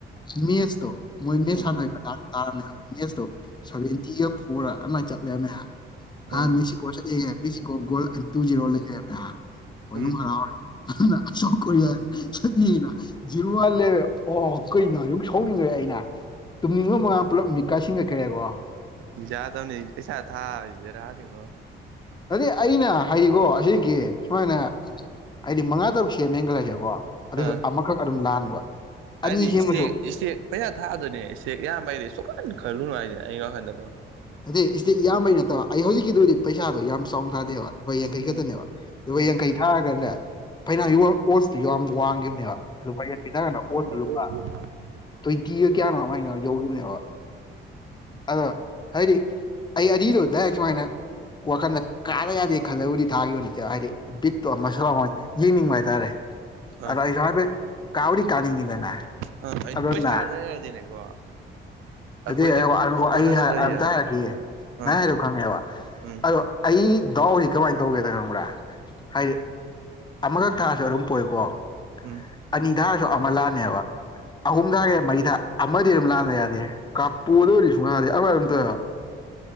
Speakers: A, on the left; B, on the right.
A: ꯃꯦꯁꯇꯣ ꯃꯣꯏ ꯃꯦꯁ
B: ꯎꯝ
A: ꯁꯥꯟꯅꯕꯩ ꯃꯇꯥꯡꯗ ꯇꯥꯟꯅ ꯃꯦꯁꯇꯣ ꯁꯚꯦꯟꯇꯤꯒ ꯐꯣꯔ ꯔ ꯑꯗꯨꯃꯥꯏꯅ ꯆꯠꯂꯦ ꯃꯌꯥꯝ
B: ꯎꯝ
A: ꯃꯦꯛꯁꯤꯀꯣ ꯆꯠꯅꯦ ꯃꯦꯛꯁꯤꯀꯣ ꯒꯣꯜ ꯇꯨ ꯖꯤꯔꯣ ꯂꯩꯔꯦꯕ ꯍꯧꯖꯤꯛ
B: ꯎꯝ
A: ꯌꯨꯝ ꯍꯔꯥꯎꯔꯦ <unintelligible> ꯁꯥꯎꯠ ꯀꯣꯔꯤꯌꯥ <unintelligible> ꯀꯩꯅꯣ ꯌꯧ ꯁꯥꯎꯅꯤꯡꯈ꯭ꯔꯦ ꯑꯩꯅ ꯇꯨꯝꯅꯤꯡꯕ ꯃꯉꯥꯟ ꯄꯨꯜꯂꯞ ꯃꯤꯠ ꯀꯥꯏ ꯁꯤꯟ ꯀꯠꯈ꯭ꯔꯦꯀꯣ
B: ꯌꯥꯗꯝꯅꯤ ꯄꯩꯁꯥ ꯊꯥꯕꯁꯤ ꯕꯦꯔꯥ ꯅꯤꯉꯣ
A: ꯑꯗꯨꯗꯤ ꯑꯩꯅ ꯍꯥꯏꯌꯦꯀꯣ ꯑꯁꯦꯡꯀꯤ ꯁꯨꯃꯥꯏꯅ ꯍꯥꯏꯗꯤ ꯃꯉꯥ ꯇꯔꯨꯛ ꯁꯦꯝꯃꯦꯅ ꯈꯜꯂꯁꯦꯀꯣ ꯑꯗꯨꯁꯨ
B: ꯑꯥ
A: ꯑꯃꯈꯛ ꯑꯗꯨꯝ ꯂꯥꯟꯕ
B: ꯍꯥꯏꯗꯤ
A: ꯑꯅꯤ ꯁꯦꯝꯃꯁꯨ
B: ꯏꯁꯇꯦꯛ ꯏꯁꯇꯦꯛ ꯄꯩꯁꯥ ꯊꯥꯗꯣꯏꯅꯦ ꯏꯁꯇꯦꯛ ꯌꯥꯝꯕꯩꯗꯤ ꯁꯨꯈꯟ ꯈꯜꯂꯨꯅꯨ ꯍꯥꯏꯁꯦ ꯑꯩꯉꯣ ꯍꯟꯗꯕ
A: ꯑꯗ ꯁꯤꯗꯤ ꯏꯌꯥꯝꯕꯩ ꯅꯠꯇꯕ ꯑꯩ ꯍꯧꯖꯤꯛꯀꯤꯗꯨꯗꯤ ꯁꯥꯗꯣ ꯌꯥꯝ ꯆꯥꯎꯅ ꯊꯥꯗꯦꯕ ꯂꯨꯄꯥ ꯌꯥꯡꯈꯩ
B: ꯎꯝ
A: ꯈꯛꯇꯅꯦꯕ ꯂꯨꯄꯥ
B: ꯎꯝ
A: ꯌꯥꯡꯈꯩ ꯊꯥꯔꯒꯅꯦ ꯐꯅ ꯑꯣꯁꯇꯨ ꯌꯥꯝ ꯋꯥꯡꯈꯤꯕꯅꯦꯕ ꯂꯨꯄꯥ ꯌꯦꯟ ꯄꯤ ꯇꯔꯀꯥꯟꯗ ꯑꯣꯁꯇꯨ ꯂꯨꯄꯥ
B: ꯍꯣꯏ
A: ꯇ꯭ꯋꯦꯟꯇꯤꯒ ꯀꯌꯥꯅꯣ ꯑꯗꯨꯃꯥꯏꯅ ꯌꯧꯔꯤꯕꯅꯦꯕ ꯑꯗ ꯍꯥꯏꯗꯤ ꯑꯩ ꯑꯅꯤꯗꯣ ꯗꯥꯏꯔꯦꯛ ꯁꯨꯃꯥꯏꯅ ꯋꯥꯈꯟꯗ ꯀꯥꯗ ꯌꯥꯗꯦ ꯈꯜꯂꯕꯨꯗꯤ ꯊꯥꯈꯤꯕ ꯅꯠꯇꯦꯕ ꯍꯥꯏꯗꯤ ꯕꯤꯠꯇꯣ ꯑꯃꯁꯨ ꯌꯦꯡꯅꯤꯡꯕ ꯍꯥꯏꯇꯥꯔꯦ
B: ꯑꯥ
A: ꯑ ꯑꯩ ꯁꯕ ꯀꯥꯎꯔꯤ ꯀꯥꯟꯅꯤꯅꯤꯗꯅꯤ
B: ꯑꯥ ꯑꯩ
A: ꯑꯗꯨꯅ
B: ꯄꯩꯁꯥ ꯂꯩꯔꯗꯤꯅꯦꯀꯣ ꯑꯩꯈꯣꯏꯗꯤ
A: ꯑꯗꯨ
B: ꯕꯣꯅꯁ
A: ꯑꯩ ꯑꯝꯇ
B: ꯂꯩꯌꯦꯕ
A: ꯍꯥꯏꯔꯛꯈꯤꯑꯦ ꯅ
B: ꯑꯥ
A: ꯍꯥꯏꯔꯣ ꯈꯪꯉꯦꯕ
B: ꯎꯝ
A: ꯑꯗꯣ ꯑꯩ ꯗꯥꯎꯁꯤ ꯀꯃꯥꯏꯅ ꯇꯧꯒꯦꯗ ꯈꯪꯕ꯭ꯔꯥ ꯍꯥꯏꯗꯤ ꯑꯃꯈꯛ ꯊꯥꯔꯁꯨ ꯑꯗꯨꯝ ꯄꯣꯏꯀꯣ
B: ꯎꯝ
A: ꯑꯅꯤ ꯊꯥꯔꯁꯨ ꯑꯃ ꯂꯥꯛꯑꯅꯦꯕ <unintelligible>